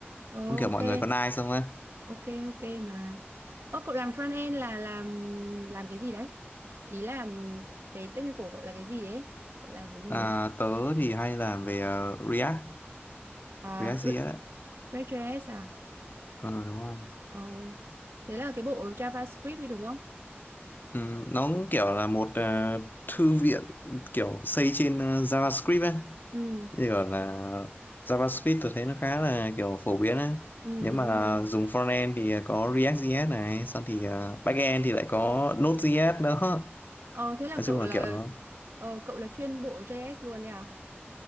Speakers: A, on the right; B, on the left.
A: ờ
B: Không kiểu
A: ok
B: mọi người có nice không ấy?
A: ok ok mà ơ cậu làm front end là làm làm cái gì đấy ý là cái technical của cậu là cái gì ấy cậu làm cái gì
B: À,
A: đấy
B: tớ thì hay làm về ờ, React,
A: Ờ,
B: React
A: Re-
B: JS đấy.
A: React.js à
B: Ờ đúng rồi.
A: ờ thế là cái bộ JavaScript ấy đúng không
B: Ừ, nó cũng kiểu là một ờ, thư viện kiểu xây trên ờ, JavaScript ấy.
A: Ừ,
B: Như gọi là JavaScript tôi thấy nó khá là kiểu phổ biến á.
A: ừ
B: Nếu
A: đúng
B: mà
A: rồi.
B: dùng frontend thì có React.js này, xong thì à, backend thì lại có Node.js đó.
A: Ờ thế là
B: Nói
A: cậu
B: chung là
A: là
B: kiểu nó
A: ờ, cậu là chuyên bộ JS luôn đấy à?